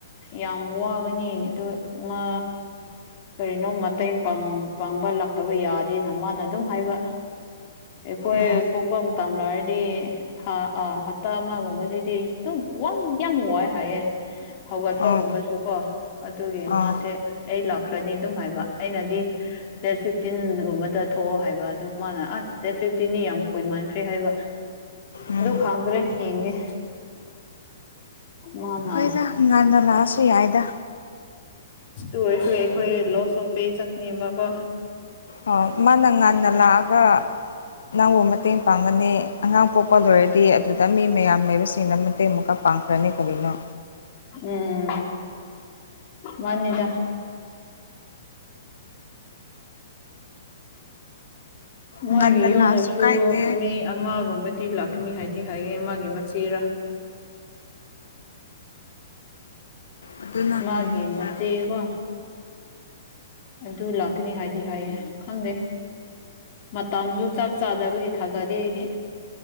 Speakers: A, on the left; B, on the left.
A: ꯌꯥꯝ ꯋꯥꯒꯅꯤ ꯑꯗꯨ ꯃꯥ ꯀꯔꯤꯅꯣ ꯃꯇꯦꯡ ꯄꯥꯡ ꯄꯥꯡꯕ ꯂꯥꯛꯇꯕ ꯌꯥꯗꯦꯅ ꯃꯥꯅ ꯑꯗꯨꯝ ꯍꯥꯏꯕ ꯑꯩꯈꯣꯏ
B: ꯎꯝ
A: ꯄꯣꯛꯄ ꯃꯇꯝ ꯂꯥꯥꯛꯔꯗꯤ ꯊꯥ ꯑꯥ ꯍꯞꯇꯥ ꯑꯃꯒꯨꯝꯕꯗꯗꯤ ꯑꯗꯨꯝ ꯋꯥꯝ ꯌꯥꯝ ꯋꯥꯏ ꯍꯥꯏꯌꯦ ꯍꯧꯒꯠꯄꯒꯨꯝꯕꯁꯨꯀꯣ
B: ꯑꯥ
A: ꯑꯗꯨꯒꯤ ꯃꯥꯁꯦ
B: ꯑꯥ
A: ꯑꯩ ꯂꯥꯛ ꯈ꯭ꯔꯅꯤ ꯑꯗꯨꯝ ꯍꯥꯏꯕ ꯑꯩꯅꯗꯤ ꯗꯦꯠ ꯐꯤꯞꯇꯤꯟꯒꯨꯝꯕꯗ ꯊꯣꯛꯑꯣ ꯍꯥꯏꯕ ꯑꯗꯨ ꯃꯥꯅ ꯑꯁ ꯗꯦꯠ ꯐꯤꯞꯇꯤꯟꯗꯤ ꯌꯥꯝ ꯀꯨꯏꯃꯥꯟꯈ꯭ꯔꯦ ꯍꯥꯏꯕ
B: ꯎꯝ
A: ꯑꯗꯨ ꯈꯪꯗ꯭ꯔꯦ ꯌꯦꯡꯒꯦ ꯃꯥꯅ
B: ꯍꯣꯏꯗꯥ ꯉꯟꯅ ꯂꯥꯛꯑꯁꯨ ꯌꯥꯏꯗ
A: ꯑꯗꯨ ꯑꯣꯏꯔꯁꯨ ꯑꯩꯈꯣꯏ ꯂꯣꯁ ꯑꯣꯞꯄꯦ ꯆꯠꯀꯅꯦꯕꯀꯣ
B: ꯑꯧ ꯃꯥꯅ ꯉꯟꯅ ꯂꯥꯛꯑꯒ ꯅꯪꯕꯨ ꯃꯇꯦꯡ ꯄꯥꯡꯒꯅꯤ ꯑꯉꯥꯡ ꯄꯣꯛꯄ ꯂꯣꯏꯔꯗꯤ ꯑꯗꯨꯗ ꯃꯤ ꯃꯌꯥꯝ ꯂꯩꯕꯁꯤꯡ ꯑꯃ ꯇꯦꯡ ꯑꯃꯨꯛꯀ ꯄꯥꯡꯈ꯭ꯔꯅꯤ ꯀꯔꯤꯅꯣ
A: ꯎꯝ ꯃꯥꯅꯤꯗ ꯃꯣꯏꯒꯤ
B: ꯉꯟꯅ
A: ꯌꯨꯝꯗꯁꯨ
B: ꯂꯥꯛꯑꯁꯨ ꯀꯥꯏꯗꯦ
A: ꯃꯤ ꯑꯃꯒꯨꯝꯕꯗꯤ ꯂꯥꯛꯀꯅꯤ ꯍꯥꯏꯗꯤ ꯍꯥꯏꯌꯦ ꯃꯥꯒꯤ ꯃꯆꯦꯔꯥ
B: ꯑꯗꯨꯅ
A: ꯃꯥꯒꯤ
B: ꯍꯦꯟꯅ ꯐꯔꯦ
A: ꯃꯆꯦ ꯀꯣ ꯑꯗꯨ ꯂꯥꯛꯀꯅꯤ ꯍꯥꯏꯗꯤ ꯍꯥꯏꯌꯦ ꯈꯪꯗꯦ ꯃꯇꯝꯖꯨ ꯆꯞ ꯆꯥꯗꯕꯒꯤ ꯊꯥꯖꯗꯦ ꯑꯩꯗꯤ